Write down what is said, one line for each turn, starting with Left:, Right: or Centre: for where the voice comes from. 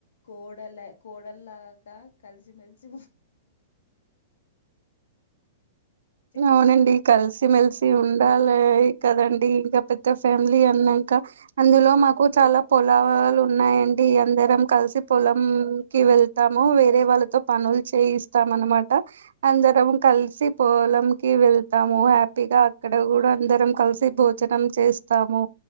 Left: కోడళ్ల కో కొడల్ ల్లాగ కలిసిమెలిసి చెప్పండి
Right: అవునండి కలిసి మెలిసి సి ఉండాలే కదండి ఇగ పెద్ద ఫ్యామిలీ అన్నంక అందులో మాకు చాలా పో లాలు ఉన్నాయండి అందరం కలిసి పొలం కి వెళ్ తము వేరే వాళ్ళతో పనులు చేయిస్తాం అన్నమాట అందరం కలిసి పోలం వెళ్తాము హ్యాపీగా అక్కడ గూడ అందరం కలిసి భోజనం చేస్తాము